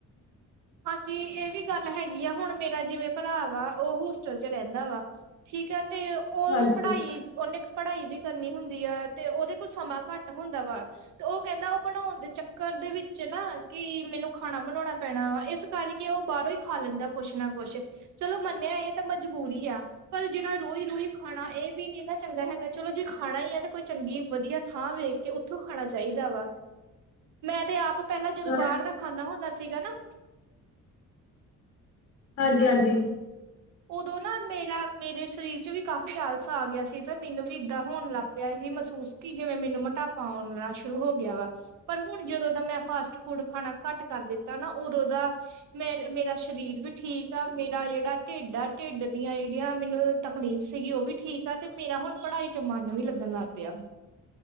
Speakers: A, on the right (about 65°); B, on the left (about 45°).
A: ਹਾਂਜੀ ਇਹ ਵੀ ਗੱਲ ਹੈਗੀ ਆ, ਹੁਣ ਮੇਰਾ ਜਿਵੇਂ ਭਰਾ ਵਾ ਉਹ ਹੋਸਟਲ ਚ ਰਹਿੰਦਾ ਵਾ ਠੀਕ ਐ। ਤੇ ਉਹ
B: ਹਾਂਜੀ
A: ਪੜ੍ਹਾਈ ਉਹਨੇ, ਪੜ੍ਹਾਈ ਵੀ ਕਰਨੀ ਹੁੰਦੀ ਆ, ਤੇ ਉਹਦੇ ਕੋਲ ਸਮਾਂ ਘੱਟ ਹੁੰਦਾ ਵਾ, ਤੇ ਉਹ ਕਹਿੰਦਾ ਉਹ ਬਣਾਣ ਦੇ ਚੱਕਰ ਦੇ ਵਿੱਚ ਨਾ ਕਿ ਮੈਨੂੰ ਖਾਣਾ ਬਣਾਣਾ ਪੈਣਾ ਵਾ, ਇਸ ਕਰਕੇ ਉਹ ਬਾਹਰੋਂ ਹੀ ਖਾ ਲੈਂਦਾ, ਕੁਛ ਨਾ ਕੁਛ ਚਲੋ ਮੰਨਿਆ ਇਹ ਤਾਂ ਮਜਬੂਰੀ ਆ ਪਰ ਜਿਹੜੀ ਰੋਜ਼ ਰੋਜ਼ ਖਾਣਾ ਇਹ ਵੀ ਨੀ ਨਾ ਚੰਗਾ ਹੈਗਾ, ਚਲੋ ਜੇ ਖਾਣਾ ਹੀ ਹੈ ਤੇ ਕੋਈ ਚੰਗੀ ਵਧੀਆ ਥਾਂ ਵੇਖ ਕੇ ਕਿਥੋਂ ਖਾਣਾ ਚਾਹੀਦਾ ਵਾ, ਮੈਂ ਤੇ ਆਪ ਪਹਿਲਾਂ ਜਦੋਂ
B: ਹਾਂ-
A: ਬਾਹਰ ਦਾ ਖਾਂਦਾ ਹੁੰਦਾ ਸੀਗਾ ਨਾ।
B: ਹਾਂਜੀ-ਹਾਂਜੀ,
A: ਉਦੋਂ ਨਾ ਮੇਰਾ ਮੇਰੇ ਸਰੀਰ ਚ ਵੀ ਕਾਫ਼ੀ ਆਲਸਾ ਆ ਗਿਆ, ਸੀ ਤਾਂ ਮੈਨੂੰ ਵੀ ਏਦਾਂ ਹੋਣ ਲੱਗ ਪਿਆ। ਮਹਿਸੂਸ ਕਿ ਜਿਵੇਂ ਮੈਨੂੰ ਮੋਟਾਪਾ ਆਉਣਾ ਸ਼ੁਰੂ ਹੋ ਗਿਆ ਵਾ ਪਰ ਹੁਣ ਜਦੋਂ ਦਾ ਮੈਂ ਫਾਸਟ ਫੂਡ ਖਾਣਾ ਘੱਟ ਕਰ ਦਿੱਤਾ ਨਾ ਉਦੋਂ ਦਾ ਮੇ ਮੇਰਾ ਸਰੀਰ ਵੀ ਠੀਕ ਆ ਮੇਰਾ ਜਿਹੜਾ, ਢਿੱਡ ਆ ਢਿੱਡ ਦੀਆਂ ਜਿਹੜੀਆਂ ਮੈਨੂੰ ਤਕਲੀਫ਼ ਸੀਗੀ ਉਹ ਵੀ ਠੀਕ ਆ ਤੇ ਮੇਰਾ ਹੁਣ ਪੜ੍ਹਾਈ ਚ ਮਨ ਵੀ ਲੱਗਾ। ਲਗ ਪਿਆ।